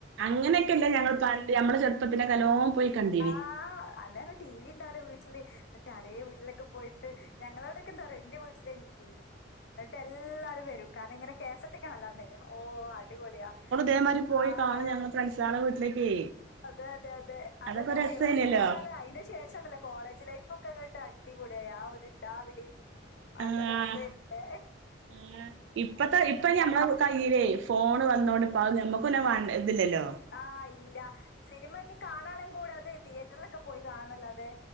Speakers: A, on the right (about 75°); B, on the left (about 60°).
A: അങ്ങനെയൊക്കെല്ല ഞങ്ങൾ പ- നമ്മള ചെുപ്പത്തിന്റെ കലോം പോയി. കണ്ടീനി
B: ആഹ് അന്നേര. ടി വിണ്ടാവല്ലോ വീട്ടില് എന്നിട്ട് അരേ വീട്ടിലൊക്കെ പോയിട്ട്, ഞങ്ങളവിടൊക്കെന്താറോ എന്റെ വീട്ടിലേീ ടി. വി. എന്നിട്ട് എല്ലാരും വരും കാരണം, ഇങ്ങനെ കേസറ്റക്കാണല്ലാന്ന ഓ അടിപൊളിയാ.
A: അതേമാതി പോയി
B: ആഹ്
A: കാണ ഞങ്ങള ഫ്രണ്ട്സ ആളെ വീട്ടിലേക്ക്.
B: അതെ, അതെ, അതെ, അതന്നെ.
A: അതൊക്കെ ഒരു രസേനല്ലോ
B: നിറം എന്നൊക്കെ പറഞ്ഞാല് അതിന് ശേഷംല്ല. കോളേജ് ലൈഫ ഒക്കെ കേട്ട് അടിപൊളിയായി, ആ ഒരു ടാ വിളി. അല്ല
A: ആഹ്
B: രസ ഇണ്ട്.
A: ആഹ് ഇപ്പത്തെ ഇപ്പ ഞമ്മള കയ്യിലേ- ഫോണ് വന്നോണ്ട് ഇപ്പ ഞമ്മക്ക്ന്നെ വ ഇതില്ലല്ലോ.
B: ആഹ ഇല്ല സിനിമ ഇനിനി കാണാനും കൂടാതെ- തിയേറ്ററിലൊക്കെ പോയി- കാണാനല്ലാതെ.